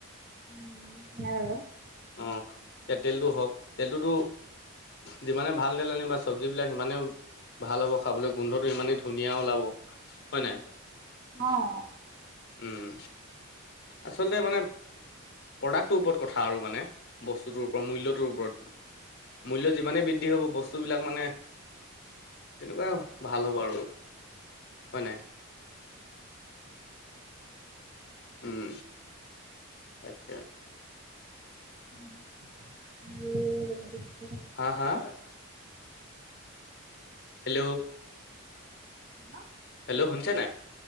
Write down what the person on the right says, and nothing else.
উম, <unintelligible>
অ'।
উ, আৰু
হেল্ল'।